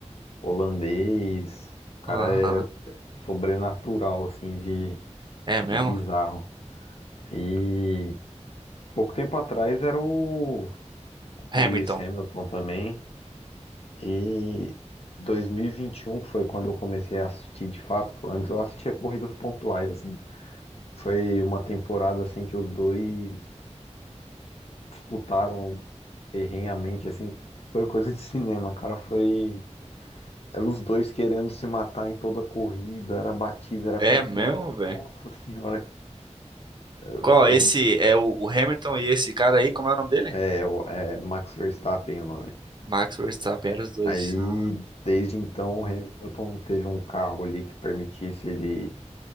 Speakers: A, on the left; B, on the right.
A: holandês, o cara
B: Aham.
A: é sobrenatural, assim, de,
B: É
A: de
B: mesmo?
A: bizarro. E pouco tempo atrás era o,
B: Hamilton.
A: o Lewis Hamilton também. E 2021 foi quando eu comecei a assistir de fato. Antes eu assistia corridas pontuais, assim. Foi uma temporada, assim, que os dois disputaram ferrenhamente, assim, foi coisa de cinema, cara. Foi. Eram os dois querendo se matar em toda a corrida, era batida, era
B: É
A: confusão.
B: mesmo, velho?
A: Nossa senhora, eu-
B: Qual? Esse é o, o Hamilton e esse cara aí, como é o nome dele?
A: é, o- é Max Verstappen o nome.
B: Max Verstappen, eram os dois.
A: Aí,
B: Ah,
A: desde então, o Hamilton não teve um carro ali que permitisse ele